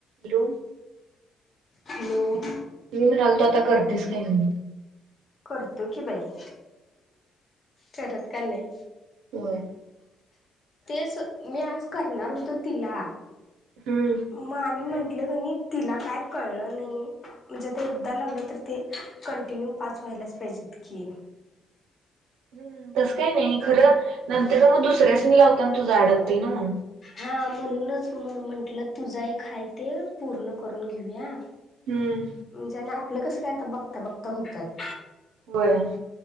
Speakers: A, on the right; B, on the left.
A: Hello
B: hello.
A: मी म्हणाल तो आता करतेस काही नाही.
B: करतो की बाई करत का नाही.
A: होय.
B: तेच मी आज करणार होतो तिला
A: हम्म
B: मग आणि म्हटलं तिला काय कळ नाही म्हणजे एकदा लावलं तर ते कंटिन्यू पाच व्हायला व्हायलाच पाहिजेत की?
A: हम्म तसं काही नाही खरं नंतर मग दुसऱ्यास नि लावताना होताना तुझं अडकते ना.
B: हा म्हणूनच मग म्हंटलं तुझा एक आहे ते पूर्ण करून घेऊया.
A: हम्म
B: म्हणजे आणि आपलं कसं काय बघता बघता होतात.
A: होय.